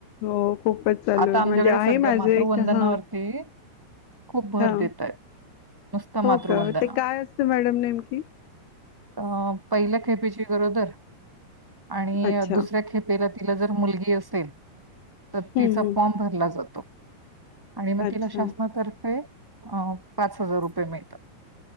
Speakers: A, on the left; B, in the centre.
A: हो खूपच चालू
B: आता
A: आहे
B: आमच्याकडे
A: म्हणजे
B: सध्या
A: आहे माझे
B: मातृवंदनावरती
A: एक हा
B: खूप भर
A: हा
B: देत आहेत नुसतं
A: हो
B: मातृवंदना
A: का ते काय असतं मॅडम नेमकी
B: अ पहिल्या खेपेची गरोदर आणि
A: अच्छा
B: दुसऱ्या खेपेला त तिला जर मुलगी असेल तर
A: हम्म
B: तिचा
A: हम्म
B: फॉर्म भरला जातो आणि मग
A: अच्छा
B: तिला शासनातर्फे आहे अ पाच हजार रुपये मिळतात